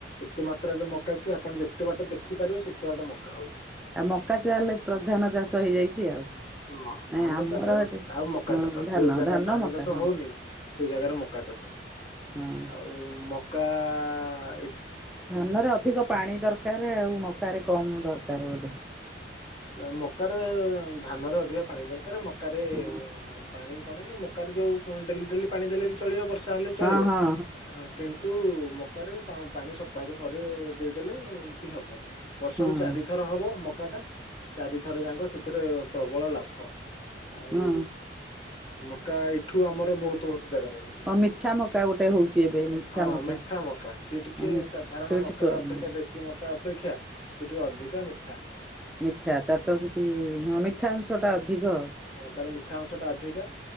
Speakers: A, on the left; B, in the centre.
A: ଏତେ ମାତ୍ରାରେ ମକା କି ଆପଣ ଯେତେ ବାଟ ଦେଖିପାରିବେ ସେତେ ବାଟ ମକା ହଉଚି।
B: ଆଉ ମକା ତାହେଲେ ପ୍ରଧାନ ଚାଷ ହେଇଯାଇଚି ଆଉ
A: ହଁ
B: ନାଇଁ
A: ଧାନ
B: ଆମର
A: ଚାଷ
B: ଏଠି
A: ଆଉ ମକା
B: ହଁ
A: ଚାଷ
B: ଧାନ
A: ଯୋଉ ଜାଗାରେ ଧାନ
B: ମକା
A: ଚାଷ
B: ହଁ
A: ହଉନି। ସେ ଜାଗାରେ ମକା ଚାଷ
B: ହଁ
A: ଆଉ ମକା ଆ
B: ଧାନରେ ଅଧିକ ପାଣି ଦରକାର ଆଉ ମକାରେ କମ ଦରକାର ବୋଧେ।
A: ନା ମକାରେ ଧାନରେ ଅଧିକା ପାଣି ଦରକାରେ ମକାରେ
B: ହଁ
A: ପାଣି କଣ କି ମକାରେ ଯୋଉ ଡେଲି ଡେଲି ପାଣି ଦେଲେ ବି ଚଳିବ ବର୍ଷା ହେଲେ ଚଳିବ
B: ହଁ ହଁ
A: ହଁ କି ତୁ ମକାରେ ପାଣି ସପ୍ତାହକୁ ଥରେ ଦେଇଦେଲେ ବି ହବ। ବର୍ଷକୁ
B: ହଁ
A: ଚାରି ଥର ହବ ମକା ଟା ଚାରିଥର ଯାକ ସେଥିରେ ପ୍ରବଳ ଲାଭ। ଆଉ
B: ହଁ
A: ମକା ଏଇଠୁ ଆମର ବହୁତ ସେ ଯାଗାରେ ଅଛି
B: ହଁ ମିଠା ମକା ଗୋଟେ ହଉଛି ଏବେ ମିଠା
A: ହଁ
B: ମକା
A: ମିଠା ମକା ସିଏ ଟିକେ
B: ମିଠା
A: ସାଧାରଣ
B: ସୁଇଟ
A: ମକା
B: କର୍ଣ୍ଣ
A: ତା ଅପେକ୍ଷା ଦେସି ମକା ଅପେକ୍ଷା। ସେ ଟିକେ ଅଧିକା ମିଠା।
B: ଆଛା ତ ତ କିଛି ହଁ ମିଠା ଅଂଶ ଟା ଅଧିକ।
A: ହଁ ତାର ମିଠା ଅଂଶ ଟା ଅଧିକା